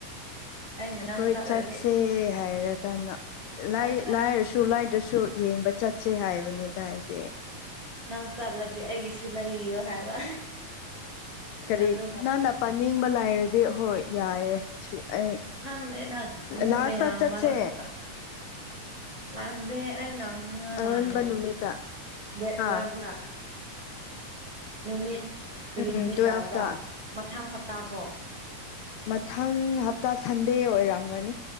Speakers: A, on the right; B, on the left.
A: ꯑꯩꯅ
B: ꯑꯩꯈꯣꯏ
A: ꯅꯪ ꯆꯠꯂꯗꯤ
B: ꯆꯠꯁꯦ ꯍꯥꯏꯔ ꯀꯥꯟꯗ ꯂꯥꯏ
A: ꯅꯪ
B: ꯂꯥꯏꯔꯁꯨ ꯭ꯇꯨ ꯂꯥꯏꯗ꯭ꯔꯁꯨ ꯌꯦꯡꯕ ꯆꯠꯁꯦ ꯍꯥꯏꯕꯅꯤꯗ ꯑꯩꯗꯤ꯫
A: ꯅꯪ ꯆꯠꯂꯗꯤ ꯑꯩꯒꯤꯁꯨ ꯂꯩꯕꯤꯌꯣ ꯍꯥꯏꯕ꯫
B: ꯀꯔꯤ
A: ꯑꯗꯨꯒ
B: ꯅꯪꯅ ꯄꯥꯅꯤꯡꯕ ꯂꯥꯏꯔꯗꯤ ꯍꯣꯏ ꯌꯥꯏꯌꯦ꯫ ꯁꯤ ꯑꯩ
A: ꯍꯪꯗꯦꯗ ꯕꯨꯛ
B: ꯂꯥꯁꯇ
A: ꯃꯌꯥꯝ
B: ꯆꯠꯁꯦ
A: ꯃꯔꯛꯇꯨꯗ꯫ ꯂꯥꯁ ꯗꯦ ꯑꯩꯅ ꯃꯤꯌꯥ
B: ꯑꯔꯣꯟꯕ
A: ꯃꯥꯟꯅꯦꯕ
B: ꯅꯨꯃꯤꯠꯇ
A: ꯗꯦꯠ ꯇꯨꯋꯦꯂꯞꯔꯥ?
B: ꯑꯥ
A: ꯅꯨꯃꯤꯠ ꯀꯔꯤ
B: ꯎꯝ
A: ꯅꯨꯃꯤꯠ
B: ꯇꯨꯋꯦꯜꯐꯇ
A: ꯇꯥꯔꯕ꯭ꯔꯥ ꯃꯊꯪ ꯍꯞꯇꯥ ꯀꯣ꯫
B: ꯃꯊꯪ ꯍꯞꯇꯥ ꯁꯟꯗꯦ ꯑꯣꯏꯔꯝꯒꯅꯤ꯫